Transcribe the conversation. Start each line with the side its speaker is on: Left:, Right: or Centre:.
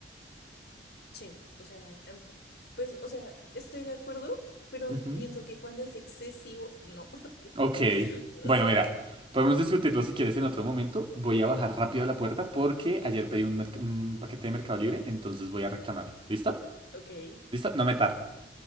Left: sí, o sea, em, pues, o sea, estoy de acuerdo, pero
Right: Ujú.
Left: pienso que cuando es excesivo, no,
Right: Ok.
Left: <laughs>
Right: Bueno,
Left: o sea,
Right: mira, podemos discutirlo si quieres en otro momento. Voy a bajar rápido a la puerta porque ayer pedí un, merc- un paquete de Mercado Libre, entonces voy a reclamarlo. ¿Listo?
Left: ok,
Right: ¿Listo? No me tardo.